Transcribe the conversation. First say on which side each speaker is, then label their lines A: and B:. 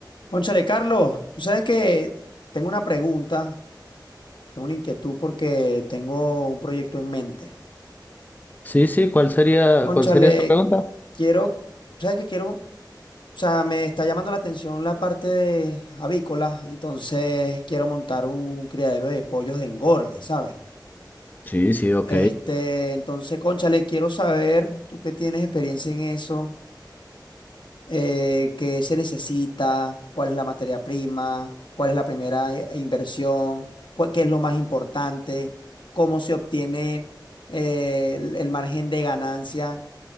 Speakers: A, on the left (about 85°); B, on the left (about 25°).
A: Cónchale, Carlos, tú sabes que tengo una pregunta, tengo una inquietud porque tengo un proyecto en mente.
B: Sí, sí, ¿cuál sería,
A: Cónchale,
B: cuál sería esa pregunta?
A: quiero, sabes que quiero, o sea, me está llamando la atención la parte de avícola, entonces quiero montar un criadero de pollos de engorde, ¿sabes?
B: Sí, sí, ok.
A: Este, entonces, cónchale, quiero saber, tú que tienes experiencia en eso. eh, qué se necesita, cuál es la materia prima, cuál es la primera i- inversión, cuál- qué es lo más importante, cómo se obtiene eh, el, el margen de ganancia